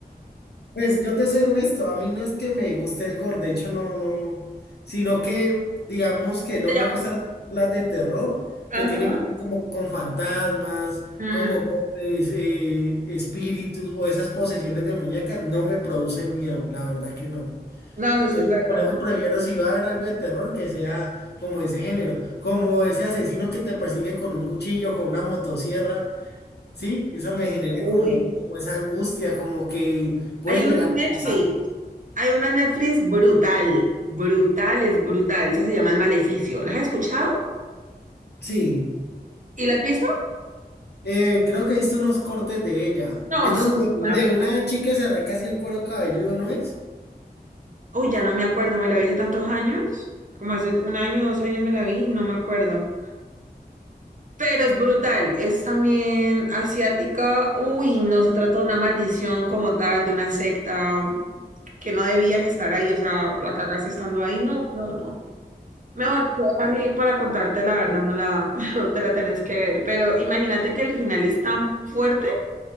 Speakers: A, on the left; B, on the right.
A: Pues yo te soy honesto, a mí no es que me guste el gore, de hecho no, no, sino que digamos que no
B: se
A: me
B: llama.
A: gustan las películas de terror
B: Ajá.
A: que tienen que ver como con fantasmas,
B: Mm,
A: como con es- eh, espíritus o esas posesiones demoníacas, no me producen miedo, la verdad que no.
B: No, eso
A: Entonces
B: sí es verdad.
A: por eso prefiero si va a haber algo de terror que sea como ese género, como ese asesino que te persigue con un cuchillo, con una motosierra. Sí, eso me genera
B: Uy,
A: como, como esa angustia, como que puede
B: hay una
A: llegar
B: Netflix,
A: a pasar.
B: hay una Netflix brutal, brutal, es brutal. Esa se llama El Maleficio. ¿La has escuchado?
A: Sí,
B: ¿Y la has visto?
A: eh, creo que he visto unos cortes de ella.
B: No,
A: Es
B: eso
A: donde,
B: es una...
A: donde una chica se arranca así el cuero cabelludo, ¿no es?
B: Uy, ya no me acuerdo, me la vi hace tantos años, como hace un año, dos años me la vi, no me acuerdo. Pero es brutal, es también asiática. Uy, no se trata de una maldición como tal, de una secta, que no debías estar ahí, o sea, la cagaste estando ahí. No, no, no. Mejor lo dejo así para contarte la verdad, no la <laughs> te la tenés que ver. Pero imagínate que el final es tan fuerte,